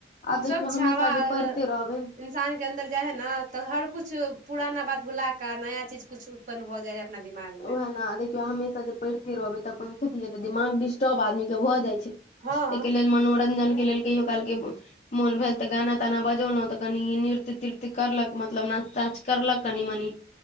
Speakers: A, on the left; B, on the right.
A: आब देखियौ
B: स्वच्छ
A: हमेशा
B: हवा
A: जे
B: अगर
A: पढ़िते रहबै
B: इन्सान के अन्दर जाइ ह न तऽ हर कुछ पुराना बात भुला क नया चीज कुछ उत्पन्न भ जाय है अपना दिमाग मे
A: उएह ने देखियौ हमेशा जे पड़िते रहबै तऽ ख दिमाग डिस्टर्ब आदमी के भऽ जाय छै
B: हँ
A: ताहिके लेल मनोरंजन के लेल कहियो कालके मोन भेल तऽ गाना ताना बजौलहुं तऽ कनि नृत्य तीर्ति करलक मतलब नाच ताच करलक कनि मनी